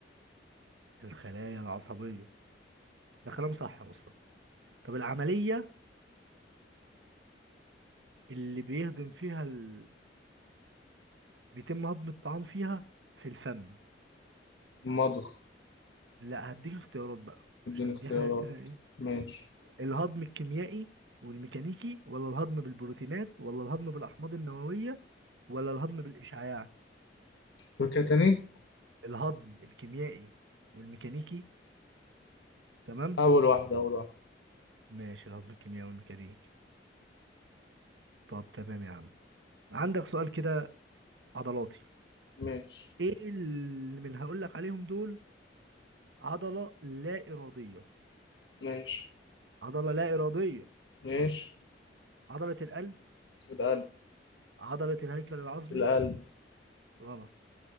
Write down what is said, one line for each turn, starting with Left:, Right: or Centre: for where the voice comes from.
Right: الخلايا العصبية ده كلام صح يا مصطفى طب العملية اللي بيهضم فيها ال... بيتم هضم الطعام فيها في الفم
Left: مضغ
Right: لا هديك اختيارات بقى
Left: اديني
Right: عشان
Left: اختيارات
Right: دي حاجة كده إيه؟
Left: ماشي
Right: الهضم الكيميائي والميكانيكي ولا الهضم بالبروتينات ولا الهضم بالأحماض النووية ولا الهضم بالإشعاع
Left: قول كده تاني
Right: الهضم الكيميائي والميكانيكي تمام
Left: أول واحدة أول واحدة
Right: ماشي الهضم الكيميائي والميكانيكي طب تمام يا عم عندك سؤال كده عضلاتي
Left: ماشي
Right: ايه اللي من هقول لك عليهم دول عضلة لا إرادية
Left: ماشي
Right: عضلة لا إرادية
Left: ماشي
Right: عضلة القلب
Left: القلب
Right: عضلة الهيكل العظمي
Left: القلب
Right: غلط